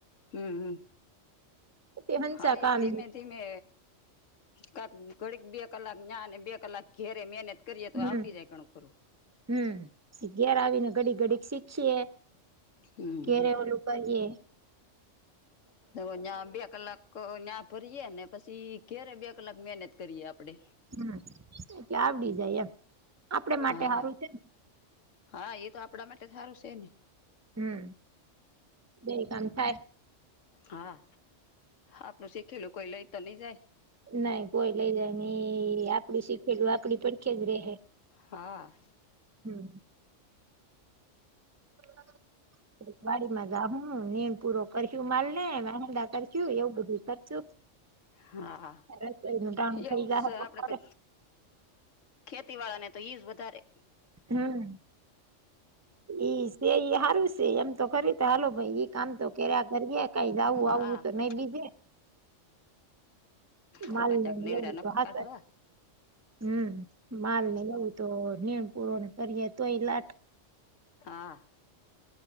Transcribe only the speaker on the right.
તે હંસા
કામ
હમ
હમ ઘર આવીને ઘડી ઘડીક શીખીએ
ઘરે ઓલું કે <unintelligible>
હમ આવડી જાય એમ આપડે માટે
સારું છે ને
હમ બે કામ થાય.
નાઈ કોઈ લઇ જાય નઈ આપડું શીખેલું આપડી પડખે જ રહે
હમ <inaudible> વાડી માં જા હું નિન પૂરો કરશુ માલ ને વાહેંદા કરશું એવું બધું કરશું
રસોઈ નું ટાણું થઈ
જાહે
બપોરે
હમ ઈ સે ઈ હારું છે એમ તો કરી તો હાલો ભાઈ ઈ કામ તો કર્યા કરીએે. કઈ જાવું
આવવું તો નઈ બીજે માલને
એવું
તો હાચવે
હમ માલ ને નેવું તો નીણ પુરોને કરીએે તો એય લાટ